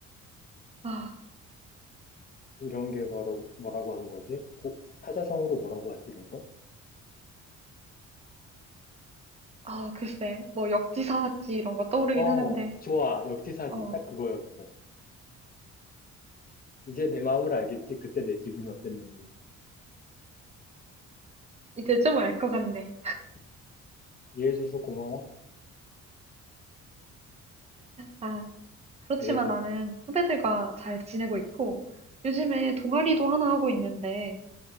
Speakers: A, on the right; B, on the left.
A: 아,
B: 이런 게 바로 뭐라고 하는 거지? 고, 사자성어로 뭐라고 하지, 이런 걸?
A: 아, 글쎄, 뭐 역지사지 이런 거 떠오르긴
B: 어,
A: 하는데,
B: 좋아. 역지사지.
A: 어,
B: 딱 그거였어. 이제 내 마음을 알겠지. 그때 내 기분이 어땠는지.
A: 이제 좀 알 것 같네.
B: 음, 이해해줘서 고마워.
A: 아, 그렇지만
B: 이래서,
A: 나는 후배들과
B: 음,
A: 잘 지내고 있고, 요즘에 동아리도 하나 하고 있는데,